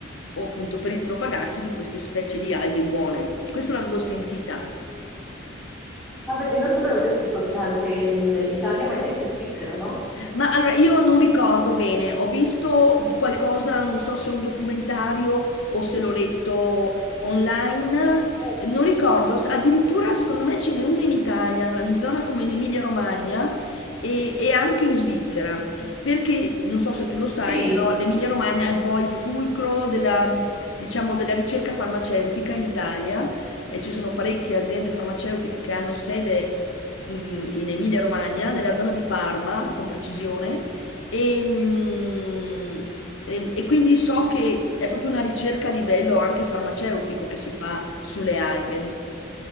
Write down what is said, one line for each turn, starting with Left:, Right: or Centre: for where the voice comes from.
Left: o appunto per il propagarsi di queste specie di alghe buone. Questo l'avevo sentita
Centre: Ah, vedi, non sapevo che ci fosse anche in Italia, ma hai detto in Svizzera, no?
Left: Ma allora io non ricordo bene, ho visto qualcosa, non so se è un documentario o se l'ho letto online,
Centre: Oh,
Left: non ricordo, s- addirittura secondo me ce n'è uno in Italia, in zona come in Emilia-Romagna e, e anche in Svizzera, perché non so se tu lo sai,
Centre: Sì,
Left: però l'Emilia-Romagna è un po' il fulcro della, diciamo, della ricerca farmaceutica in Italia. E ci sono parecchie aziende farmaceutiche che hanno sede mh, in Emilia Romagna, nella zona di Parma, con precisione, e, mh, e- e quindi so che è proprio una ricerca a livello anche farmaceutico che si fa sulle alghe.